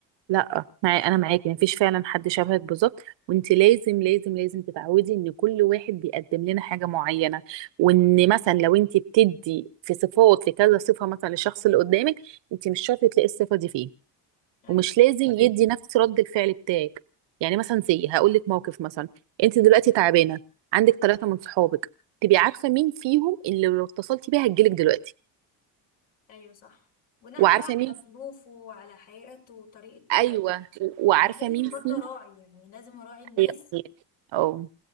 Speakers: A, on the right (about 65°); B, on the left (about 70°).
A: لا معي انا معاكي مفيش فعلا حد شبهك بالظبط وانت لازم لازم لازم تتعودي ان كل واحد بيقدم لنا حاجه معينه وان مثلا لو انت بتدي في صفات في كذا صفه مثلا للشخص اللي قدامك انت مش شرط تلاقي الصفه دي فيه
B: ايوه
A: ومش لازم يدي نفس رد الفعل بتاعك يعني مثلا زي هقول لك موقف مثلا انت دلوقتي تعبانه عندك ثلاثه من صحابك تبقي عارفه مين فيهم اللي لو اتصلتي بيها هتجيلك دلوقتي
B: ايوه صح بناء
A: وعارفه
B: بقى
A: مين
B: على ظروفه وعلى حياته وطريقه
A: ايوه وعارفه
B: يعني لازم
A: مين
B: برضه
A: فيهم
B: اراعي يعني لازم اراعي الناس
A: أيوة. اه